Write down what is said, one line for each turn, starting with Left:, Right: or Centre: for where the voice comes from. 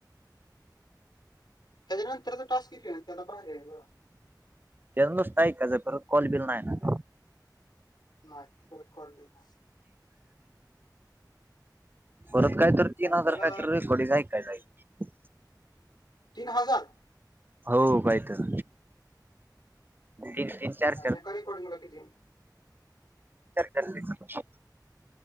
Left: त्याच्या नंतरचा टास्क घेत त्याला बाहेर याल.
Right: केसता का ज पर कॉल बिल नाही ना.
Left: नाही र कॉली ना.
Right: परत काय तर तीन
Left: आणि
Right: हजार
Left: त्याला
Right: फॅ तर रकोडी जाई काय नाहीये.
Left: तीन हजार
Right: हो काही तर. विचार
Left: आणि एका रेकॉर्डिंगला किती
Right: कर विचार.